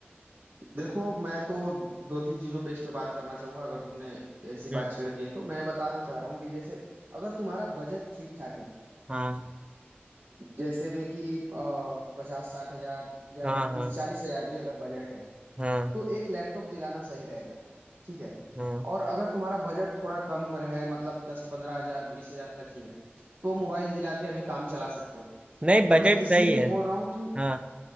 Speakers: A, on the right (about 65°); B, on the right (about 25°).
A: देखो मैं तो दो तीन चीजों पे इस पे बात करना चाहूंगा अगर तुमने ऐसी
B: हम्म,
A: बात छेड़ दी है तो मैं बताना चाह रहा हूँ कि जैसे अगर तुम्हारा बजट ठीक ठाक है
B: हाँ
A: जैसे में कि पचास साठ हजार या
B: हाँ
A: फिर
B: हाँ
A: तीस चालीस हजार भी अगर बजट है
B: हाँ
A: तो एक लैपटॉप दिलाना सही रहेगा ठीक है
B: हाँ
A: और अगर तुम्हारा बजट थोड़ा कम रहे मतलब दस पंद्रह हजार बीस हजार तक ही है तो मोबाइल दिला के अभी काम चला सकते हो
B: नहीं बजट
A: मैं इसलिए
B: सही
A: भी
B: है
A: बोल रहा हूँ कि
B: हाँ